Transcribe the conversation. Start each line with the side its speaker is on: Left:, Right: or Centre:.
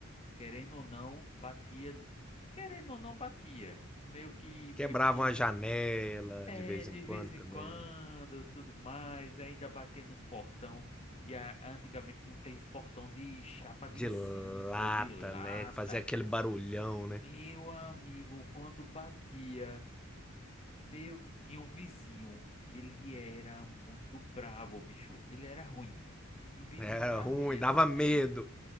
Left: querendo ou não, batia, querendo ou não batia. Meio que,
Centre: Quebrava
Left: meio que não,
Centre: uma janela
Left: é,
Centre: de vez
Left: de
Centre: em quando
Left: vez em
Centre: também.
Left: quando, tudo mais, ainda batia nos portão. E a- antigamente tinha aqueles portão de chapa de
Centre: De
Left: zinco,
Centre: lata,
Left: de lata.
Centre: né? Que fazia aquele barulhão, né?
Left: Meu amigo, quando batia Meu, tinha um vizinho que ele era muito brabo, bicho. Ele era ruim. O vizinho
Centre: Era
Left: era
Centre: ruim,
Left: ruim, era
Centre: dava
Left: o
Centre: medo.
Left: peste.